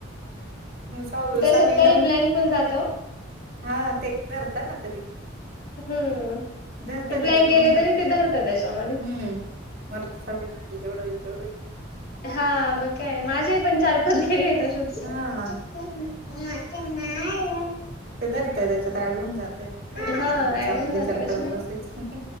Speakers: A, on the right (about 50°); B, on the left (about 50°).
A: मग सहावी
B: त्याच्यात
A: सहावीला
B: काही ब्लॅक पण होऊन जात
A: हा, ते धरता ना कधी.
B: हम्म.
A: धरत,
B: ते
A: त्याच्यात
B: ब्लँक गेले
A: होवून जात.
B: तरी ते धरतात त्याच्यामध्ये
A: हम्म मरद साध म्हटलं जेवढ होईल तेवढं होईल.
B: हा मग काय माझे पण चार- पाच गेले तसेच.
A: हा
B: <unintelligible>
A: ते धरतय त्याच्यात ऍड होऊन जातय मग काय
B: हा
A: उगाच
B: ऍड
A: आपण
B: होवून
A: विचार
B: जात त्यातन.
A: करत बसायचं